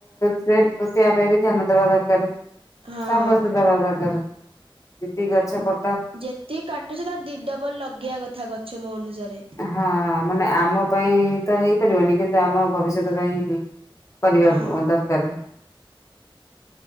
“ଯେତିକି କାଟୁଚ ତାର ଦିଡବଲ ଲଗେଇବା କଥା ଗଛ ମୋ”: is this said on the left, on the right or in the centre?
Right